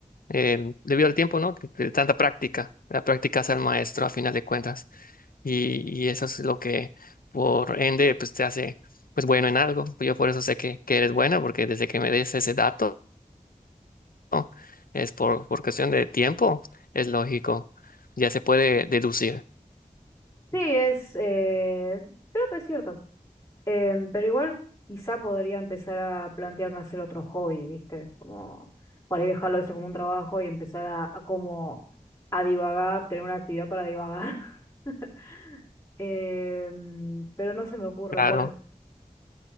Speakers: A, on the left; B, on the left.
A: eh, debido al tiempo, ¿no? Que- De tanta práctica. La práctica hace al maestro a final de cuentas. Y, y eso es lo que, por ende, pues te hace, pues bueno en algo. Yo por eso sé que, que eres buena, porque desde que me des ese dato, ¿no? Es por, por cuestión de tiempo, es lógico. Ya se puede deducir.
B: Sí, es, eh, creo que es cierto. Em, pero igual quizá podría empezar a plantearme hacer otro hobby, ¿viste? Como por ahí dejarlo eso como un trabajo y empezar a, a como a divagar, tener una actividad para divagar. <laughs> Em, pero no se me ocurre
A: Claro,
B: cuál.